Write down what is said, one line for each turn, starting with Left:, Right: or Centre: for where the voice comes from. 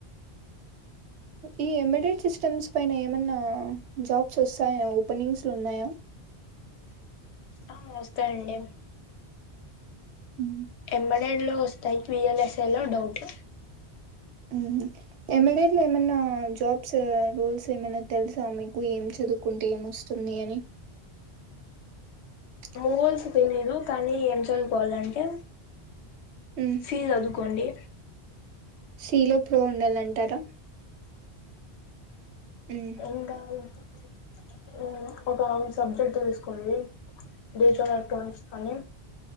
Right: ఈ ఎమీడెట్ సిస్టమ్స్ పైన ఏమన్నా జాబ్స్ వస్తాయా ఓపెనింగ్స్ లు ఉన్నాయా?
Left: ఆ వస్తాయండి
Right: ఉ
Left: ఎంబడడ్ లో వస్తాయి విఎల్ఎస్ఏ లో డౌట్
Right: మ్మ్ ఎమిడెట్లో ఏమన్నా జాబ్స్ రూల్స్ ఏమన్నా తెలుసా మీకు ఏం చదువుకుంటే ఏమొస్తుంది అని. ఓ
Left: కోల్స్ పెనీరు కానీ ఏం చదువుకోవాలంటే
Right: ఉమ్
Left: సీ చదుకోండి
Right: సీలో ప్రో ఉండాలంటారా ఉమ్
Left: ఇంగా మ్మ్ ఒక అం సబ్జెక్ట్ తీసుకోండి డిజిటల్ ఎలక్ట్రానిక్స్ కాని